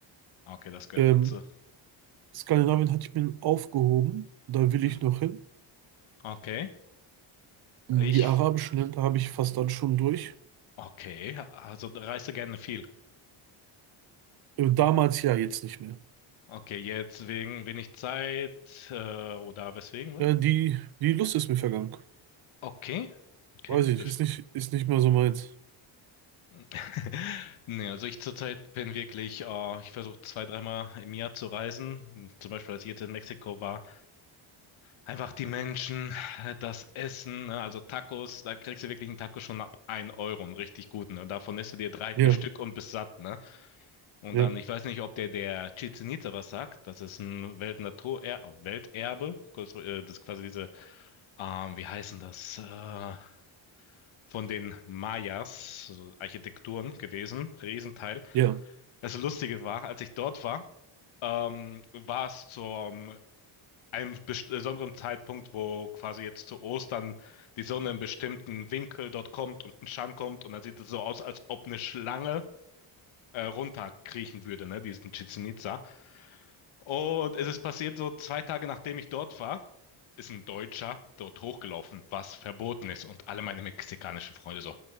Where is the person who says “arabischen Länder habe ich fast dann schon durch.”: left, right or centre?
Right